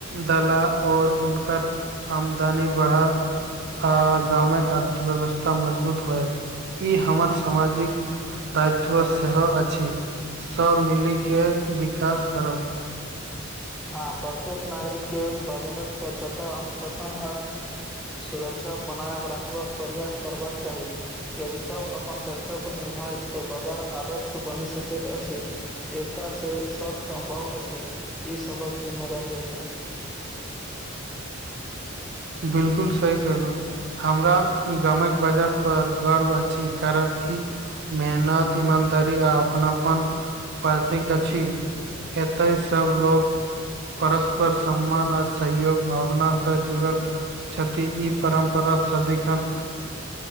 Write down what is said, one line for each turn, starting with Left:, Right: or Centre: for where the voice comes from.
Right: दला आओर हुनकर आमदनी बढ़ा आ गामक अर्थव्यवस्था मजबूत होयत ई हमर सामाजिक दायित्व सेहो अछि सभ मिलि के विकास करब
Centre: हँ प्रत्येक नागरिक के बाजारक स्वच्छता अनुशासन आ सुरक्षा बनायब रखबाक प्रयास करबाक चाही यदि सब अपन कर्तव्य भैत तऽ बाजार आदर्श बनि सकैत अछि एकता से सब सम्भव अछि ई सबर जिम्मेदारी अछि
Right: बिलकुल सही कहलहुँ हमरा गमेक बाजार पर गर्व अछि कारण मेहनत ईमानदारी आ अपनापन प्रतीक अछि एतय सब लोक परस्पर सम्मान आ सहयोग भावनासँ जुड़ल छथिति ई परम्परा सधिकन